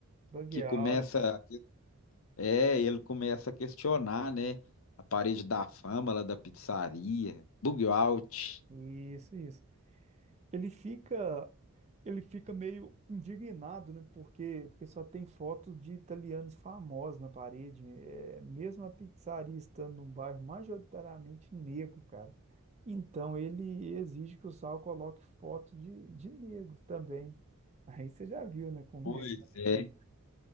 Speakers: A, on the right; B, on the left.
A: Bug
B: que
A: out,
B: começa, é, ele começa a questionar, né, a parede da fama lá da pizzaria, Bug Out.
A: isso, isso. Ele fica, ele fica meio indignado, né? Porque, porque só tem foto de italianos famosos na parede. É, mesmo a pizzaria estando num bairro majoritariamente negro, cara. Então ele exige que o Sal coloque foto de, de negro também. Aí você já viu, né? Como
B: Pois
A: é, como é que
B: é.
A: fica.